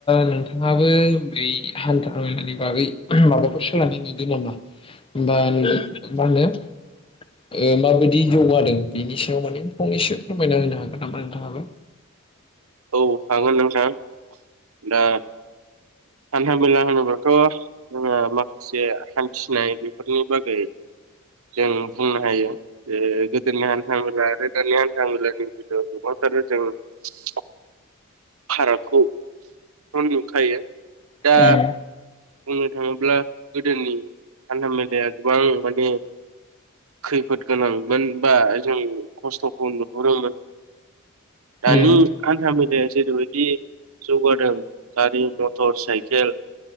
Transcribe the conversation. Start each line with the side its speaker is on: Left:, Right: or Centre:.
Left: नोंथाङाबो बै हान्था मेलानि बागै माबाफोर सोलानाय <unintelligible> ओ माबायदि जौगादों बिनि सायाव माने फंनैसो फोरमायना होनो हागोन नामा नोंथाङाबो?
Right: औ हागोन नोंथां। दा हान्था मेला होनोब्लाथ' मा जोङो <inaudible> माखसे हान्थिनाय बेफोरनि बागै जों बुंनो हायो जे गोदोनि हान्था मेला आरो दानानि हान्था मेलानि बेल गोबां आरो जों <inaudible> फारागखौ नुखायो। दा
Left: उम
Right: बुंनो थाङोब्ला गोदोनि हान्था मे लाया गोबां माने खै फोद गोनांमोन बा जों खस्थ'खौ नुहुरोमोन। दानि
Left: उम
Right: हान्था मेलाया जेरैबायदि जौगादों गारि मथर साइकेल